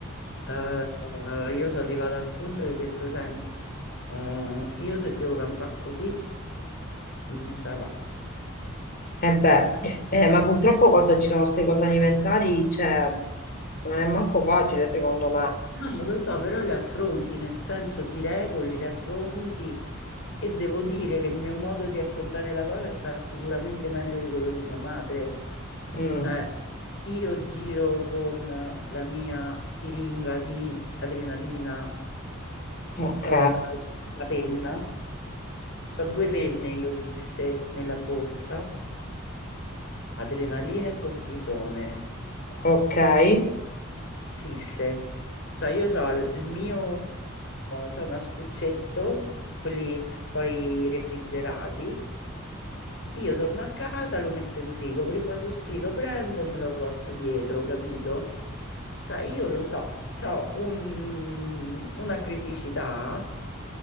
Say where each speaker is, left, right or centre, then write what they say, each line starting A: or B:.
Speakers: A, on the left (about 60°); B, on the left (about 45°).
A: Eh, io sono arrivata al punto che ho detto, senti, eh, io se devo campare così, non ce la faccio.
B: Eh beh, eh, ma purtroppo quando ci sono queste cose alimentari, cioè, non è manco facile secondo me.
A: No, lo so, però le affronti, nel senso ti regoli, le affronti e devo dire che il mio modo di affrontare la cosa è stato sicuramente meglio di quello di mia madre.
B: Mm,
A: Cioè, io giro con la mia siringa di adrenalina,
B: ok,
A: c'ho la, la penna, c'ho due penne io fisse nella borsa, adrenalina e cortisone
B: ok. Eh,
A: fisse. Cioè io ho il mio, c'ho un astuccetto, quelli poi refrigerati. Io torno a casa, lo metto in frigo, prima di uscire lo prendo e me lo porto dietro, capito? Cioè io lo so, ho una criticità,